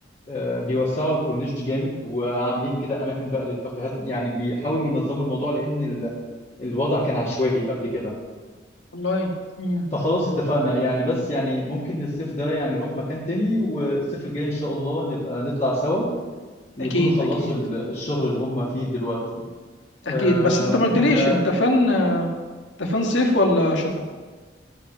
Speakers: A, on the left; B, on the left.
A: آه، بيوسعوا الكورنيش جامد وعاملين كده اماكن بقى للكافيهات يعني بيحاولوا ينظموا الموضوع لان ال- الوضع كان عشوائي قبل كده
B: والله مم.
A: فخلاص اتفقنا يعني بس يعني ممكن الصيف ده يعني نروح مكان تاني والصيف الجاي ان شاء الله نبقى نطلع سوا يكونوا
B: اكيد
A: خلصوا
B: اكيد
A: ال- الشغل اللي هم فيه دلوقتي آم،
B: اكيد بس انت ما قلتليش
A: انت
B: انت فن انت فن صيف ولا شتاء